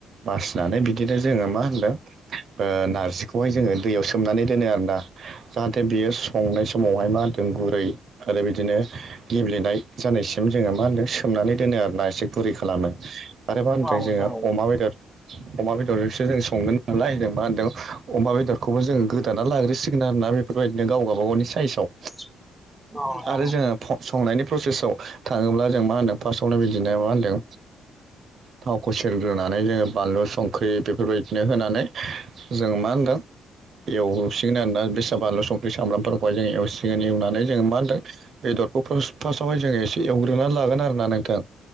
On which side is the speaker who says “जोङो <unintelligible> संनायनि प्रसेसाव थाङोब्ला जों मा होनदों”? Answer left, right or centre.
Right